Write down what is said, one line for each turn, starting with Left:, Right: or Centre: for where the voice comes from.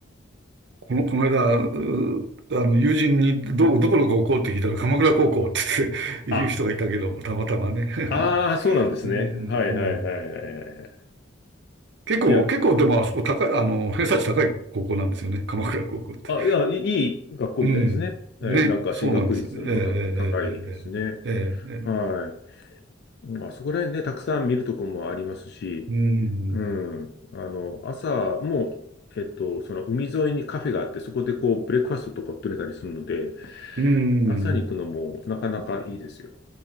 Right: この、この間、うあの、友人にど、どこの高校って聞いたら鎌倉高校って言って言う人がいたけども、
Left: あ、
Right: たまたまね。<laughs>
Left: ああ、そうなんですね。
Right: うんうんう
Left: はいはいはいはいはいはい。
Right: ん。結構、
Left: いや、
Right: 結構でもあそこ高い、あの、偏差値高い高校なんですよね。鎌倉高校って。
Left: あ、いや、いいいい学校みたいですね。
Right: うん。
Left: えーなんか進学率のた高いですね。
Right: ね、そうなんです。ええええええええええ
Left: はい。まあそこら辺ね、たくさん見るとこもありますし、
Right: うん。
Left: うん。あの、朝も、えっと、その海沿いにカフェがあって、そこでこう、ブレックファストとか取れたりするので、
Right: うん。
Left: 朝に行くのもなかなかいいですよ。